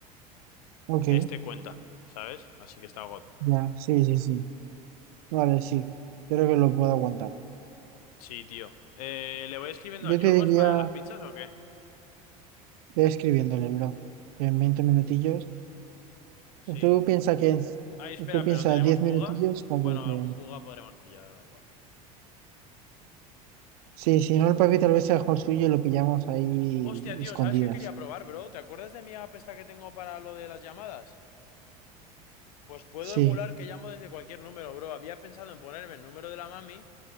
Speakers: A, on the right; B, on the left.
A: ok,
B: Este cuenta, ¿sabes? Así que está God.
A: ya, sí, sí, sí, vale, sí, creo que lo puedo aguantar.
B: Sí, tío. Eh, ¿le voy escribiendo
A: Yo
B: al Yorgos
A: te diría...
B: para las pizzas o qué?
A: Ve escribiéndole, bro. En 20 minutillos.
B: Sí.
A: Tú piensas que es-
B: Ay, espera,
A: tú piensas
B: pero ¿tenemos
A: 10
B: buga?
A: minutillos para
B: Bueno,
A: que te...
B: algún buga podremos pillar, da igual. No hay
A: Sí,
B: que decir
A: si
B: nada.
A: no el papi tal vez sea mejor suyo y lo pillamos ahí
B: Hostia, tío,
A: escondidas.
B: ¿sabes qué quería probar, bro? ¿Te acuerdas de mi app esta que tengo para lo de las llamadas? Pues puedo
A: Sí,
B: emular que llamo desde cualquier número, bro. Había pensado en ponerme el número de la mami